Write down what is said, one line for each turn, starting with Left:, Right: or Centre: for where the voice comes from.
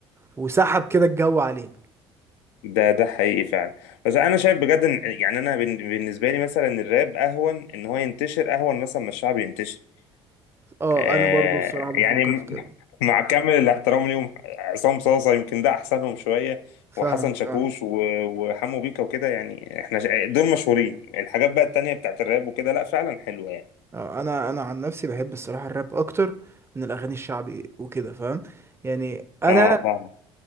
Right: وسحب كده الجو عليه
Left: ده ده حقيقي فعلا بس انا شايف بجد ان يعني انا بن- بالنسبه لي مثلا الراب اهون ان هو ينتشر اهون مثلا ما الشعب ينتشر
Right: اه
Left: آه
Right: انا برضو الصراحه بفكر
Left: يعني م-
Right: في كده
Left: <laughs> مع كامل الاحترام ليهم عصام صاصه يمكن ده احسنهم شويه
Right: فاهمك
Left: وحسن شاكوش
Right: اه
Left: و- وحمو بيكا وكده يعني احنا شا- دول مشهورين الحاجات بقى التانيه بتاعت الراب وكده لا فعلا حلوه يعني
Right: اه انا انا عن نفسي بحب الصراحه الراب اكتر من الاغاني الشعبي وكده فاهم يعني انا
Left: اه فاهم